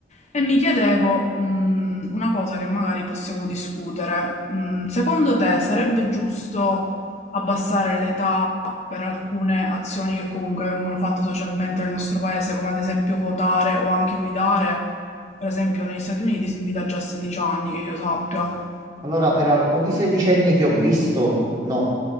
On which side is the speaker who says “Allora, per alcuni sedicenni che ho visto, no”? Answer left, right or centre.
Right